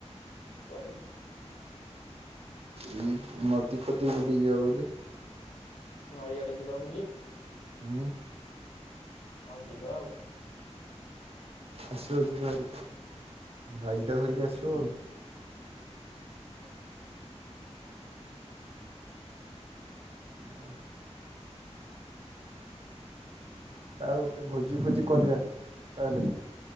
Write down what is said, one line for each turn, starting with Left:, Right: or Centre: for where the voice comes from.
Left: କୁଆଡ଼େ?
Right: ଏଇ ନଦୀ ପଦୀ ବୁଲି ଯିବା ବୋଲି।
Left: ନଈ ଆଡେ ଯିବା ବୂଲି।
Right: ଆଁ
Left: ହଁ ଯିବା ଆଉ।
Right: ଆସିବ ଯିବାହାରି ବାଇକଟା
Left: ହୁଁ
Right: ଧରିକି ଆସିବ ଆଉ।
Left: ହୁଁ।
Right: ହଁ। ଆଉ ଗୋଟେ ଭୋଜି ଫୋଜି କରିବା ତାହେଲେ।